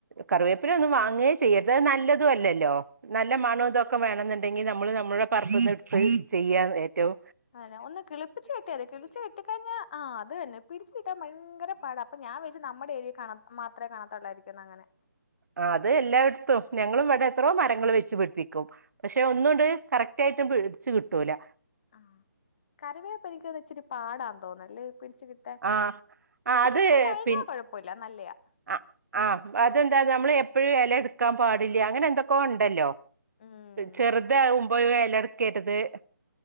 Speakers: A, on the right; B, on the left.
A: കറിവേപ്പിലൊന്നും വാങ്ങേ ചെയ്യര്ത് അ നല്ലതും അല്ലല്ലോ നല്ല മണോ ഇതൊക്കെ വേണെന്നിണ്ടെങ്കിൽ നമ്മള് നമ്മുടെ പറമ്പിന്ന് ഇട്ത്ത് ചെയ്യാൻ ഏറ്റോം
B: അതെന്നെ ഒന്ന് കിളിപ്പിച്ച് കിട്ട്യതി കിളിച് കിട്ടി കഴ്ഞ്ഞാ ആഹ് അത് തന്നെ പിടിച്ചിട്ടാൻ ഭയ്ങ്കര പാട അപ്പ ഞാൻ വേ നമ്മ്ടെ ഏര്യേകാണ് മാത്രെ കാണത്തൊള്ളായ്ര്ക്കുന്ന് അങ്ങനെ
A: ആഹ് അത് എല്ലാട്ത്തും ഞങ്ങളും ഇവിടെ എത്രോ മരങ്ങൾ വെച്ച് പിട്പ്പിക്കും പഷെ ഒന്നുണ്ട് കറക്റ്റ് ആയിട്ട് പിടിച്ചു കിട്ടൂല
B: ആഹ് കറിവേപ്പ് എനിക്കോന്ന് ഇച്ചിരി പാടാന്ന് തോന്നല്ലേ പിടിച്ച് കി ട്ടാൻ
A: ആഹ്
B: പഷെ
A: അത്
B: കിട്ടി കഴിഞ്ഞാ
A: പിന്നെ
B: കൊഴപ്പൊല്ല നല്ലെയാ
A: ആഹ് ആഹ് അതെന്താ നംള് എപ്പഴും എല എട്ക്കാൻ പാടില്ല്യ അങ്ങനെന്തൊക്കോ ഇണ്ടല്ലോ
B: ഉം
A: ചെറ്ത് ആവുമ്പോ ഇലട്ക്കര്ത്